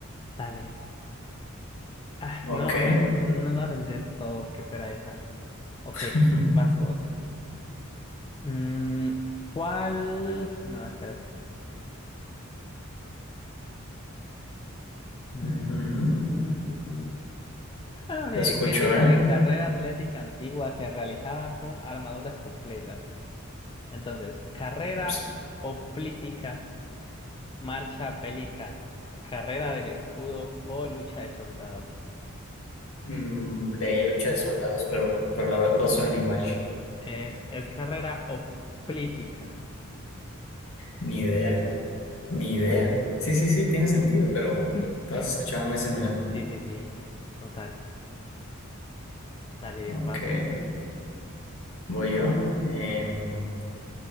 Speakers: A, on the left (about 25°); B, on the left (about 75°).
A: dale. Ah,
B: Ok.
A: no, dale, no la pensé del todo que fuera esa. Ok,
B: <laughs>
A: vas vos. Mm, ¿cuál? No, espérate. Mm,
B: Ujú.
A: ujú, ujú. Abre,
B: Te escucho,
A: ¿qué tipo
B: ¿eh?
A: de carrera atlética antigua se realizaba con armaduras completas? Entonces, carrera
B: Ops.
A: hoplítica, marcha bélica, carrera del escudo o lucha de soldados.
B: Mm, de lucha de soldados, pero, pero la verdad todos suenan igual.
A: Es, es carrera o política
B: Ni idea, ni idea. Sí, sí, sí, tiene sentido, pero
A: <laughs>
B: todas escuchaban muy similar.
A: Sí, sí, sí. Total. Dale,
B: Ok,
A: vas vos.
B: voy yo. Em,